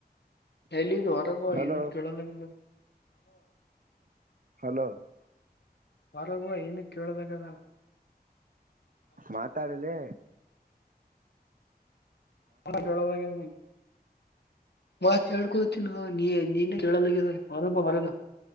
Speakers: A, on the left (about 80°); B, on the right (about 55°).
A: ಎಲ್ಲಿದ ಹೊರಗ ಹೋಗು
B: ಹಲೋ
A: ಏನ ಕೇಳಲ ಆಗದ.
B: ಹಲೋ,,
A: ಒರಗ ಬಾ ಏನ ಕೇಳಲಾಗದಲ್ಲ.
B: ಮಾತಾಡಲೇ
A: ಮಾತು ಕೇಳಲಾಗಿದ ನಿಂದು. ಮಾತ್ ಹೇಳ್ಕೊತ ನೋ, ನೀನೇ ಕೇಳಲಾಗದ ಬಾ ಹೊರಗ.